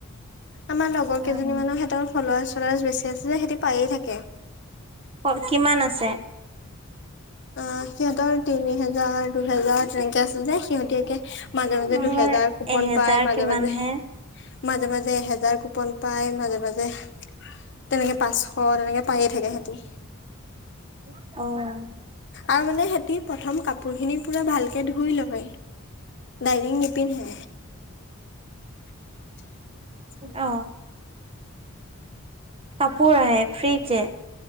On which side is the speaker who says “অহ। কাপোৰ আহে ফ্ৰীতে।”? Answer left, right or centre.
Right